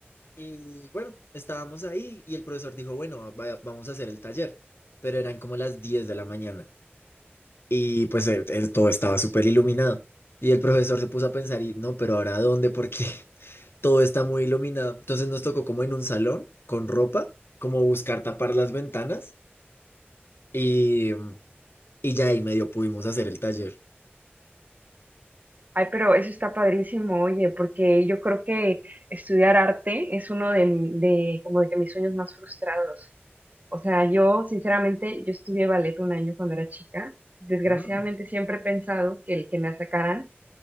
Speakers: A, on the left; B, on the right.
A: Y bueno, estábamos ahí y el profesor dijo, bueno, va- vamos a hacer el taller, pero eran como las 10 de la mañana y pues el- el- todo estaba súper iluminado. Y el profesor se puso a pensar y no, pero ahora ¿a dónde? Porque <laughs> todo está muy iluminado. Entonces nos tocó como en un salón con ropa, como buscar tapar las ventanas Y, y ya ahí medio pudimos hacer el taller.
B: Ay, pero eso está padrísimo, oye, porque yo creo que estudiar arte es uno de, de, como de que mis sueños más frustrados. O sea, yo sinceramente, yo estudié ballet un año cuando era chica. Desgraciadamente
A: Mm,
B: siempre he pensado que el que me sacaran